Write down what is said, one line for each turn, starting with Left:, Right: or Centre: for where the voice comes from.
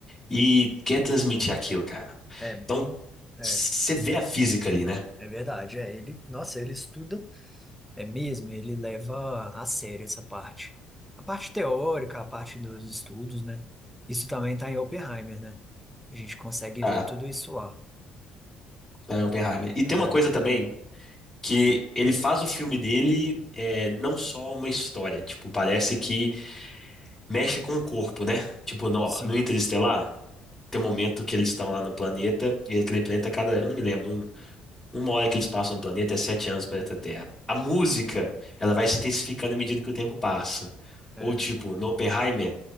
Left: e
Centre: isso.
Left: quer transmitir aquilo, cara.
Centre: É bem...
Left: Então,
Centre: É,
Left: você vê a física ali, né?
Centre: é verdade. É, ele, nossa, ele estuda... É mesmo, ele leva a sério essa parte. A parte teórica, a parte dos estudos, né? Isso também tá em Oppenheimer, né? A gente consegue
Left: Tá,
Centre: ver tudo isso lá.
Left: tá, é Oppenheimer. E tem
Centre: É,
Left: uma coisa também que
Centre: uhum,
Left: ele faz o filme dele é, não só uma história, tipo, parece que mexe com o corpo, né? Tipo, no,
Centre: sim,
Left: no Interestelar, Tem um momento que eles estão lá no planeta, e aquele planeta, cada, eu não me lembro, um- uma hora que eles passam no planeta é sete anos no planeta Terra. A música, ela vai se intensificando à medida que o tempo passa.
Centre: é,
Left: Ou, tipo, no Oppenheimer,